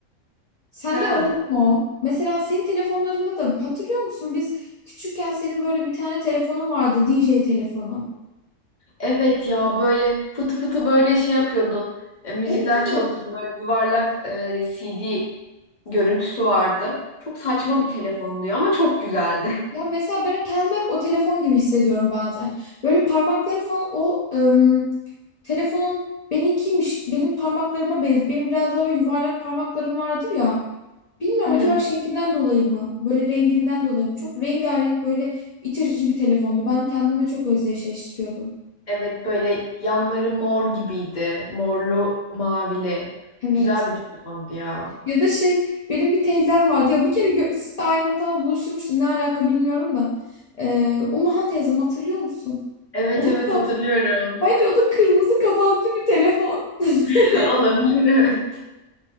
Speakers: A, on the left; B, on the left.
A: Sende
B: Ha.
A: oldu mu? o? Mesela senin telefonlarında da hatırlıyor musun? Biz küçükken senin böyle bir tane telefonun vardı, DJ telefonu.
B: Evet ya böyle fıtı fıtı böyle şey yapıyordun. E, müzikler
A: Evet evet.
B: çalıyordun. Böyle yuvarlak e, CD görüntüsü vardı. Çok saçma bir telefondu ya ama çok güzeldi.
A: Ya mesela ben kendimi hep o telefon gibi hissediyorum bazen. Böyle parmakları falan o ım, telefonun benimkiymiş. Benim parmaklarıma benziyor. Benim biraz daha böyle yuvarlak parmaklarım vardır ya. Bilmiyorum
B: <laughs>
A: acaba şeklinden dolayı mı? Böyle renginden dolayı mı? Çok rengarenk böyle iç açıcı bir telefondu. Ben kendime çok özdeşleştiriyordum.
B: Evet böyle yanları mor gibiydi. Morlu, mavili.
A: Evet.
B: Güzel bir telefondu ya.
A: Ya da şey benim bir teyzem vardı. Ya bir kere gö- siz de aynı ortamda buluşturmuştum. Ne alaka bilmiyorum da. Ee, Umuhan teyzem hatırlıyor musun?
B: Evet
A: Onun
B: evet
A: da,
B: hatırlıyorum.
A: bence o da kırmızı kapaklı bir telefon.
B: <laughs>
A: <laughs>
B: Olabilir evet.